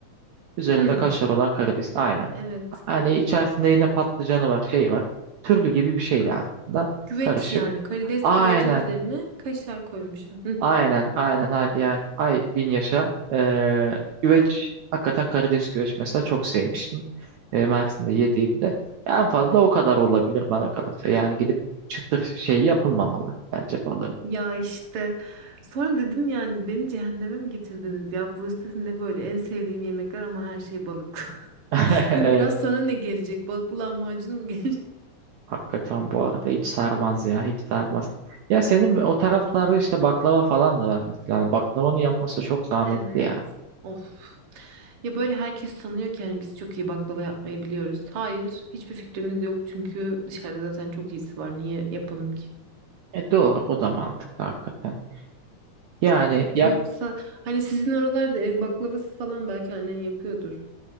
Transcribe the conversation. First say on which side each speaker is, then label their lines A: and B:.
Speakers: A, on the right; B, on the right.
A: Üzerinde
B: Hmm,
A: kaşar olan karides. Aynen.
B: evet.
A: Hani içerisinde yine patlıcanı var, şey var. Türlü gibi bir şeydi aslında.
B: Güveç
A: Karışık.
B: yani karides
A: Aynen,
B: güvecin üzerine kaşar koymuşlar. Hı hı.
A: aynen, aynen. Hadi yani ay bin yaşa. Ee, güveç, hakikaten karides güveç mesela çok sevmiştim. Ee, Mersin'de yediğimde. En fazla o kadar olabilir bana kalırsa. Yani gidip çıtır şey yapılmamalı bence balığın.
B: Ya işte sonra dedim yani beni cehenneme mi getirdiniz ya? Burası dedim ne böyle en sevdiğim yemekler ama her şey balık.
A: <laughs>
B: <laughs>
A: Evet,
B: Dedim, Biraz sonra ne gelecek? Balıklı lahmacun mu gelecek?
A: hakikaten bu arada hiç sarmaz ya, hiç sarmaz. Ya senin o taraflarda işte baklava falan da var mesela. Hani baklavanın yapması çok zahmetli
B: Evet.
A: ya.
B: Of. Ya böyle herkes sanıyor ki hani biz çok iyi baklava yapmayı biliyoruz. Hayır, hiçbir fikrimiz yok çünkü dışarıda zaten çok iyisi var. Niye yapalım ki?
A: E doğru o da mantıklı hakikaten. Yani yap
B: Yoksa hani sizin oralarda ev baklavası falan belki annen yapıyordur.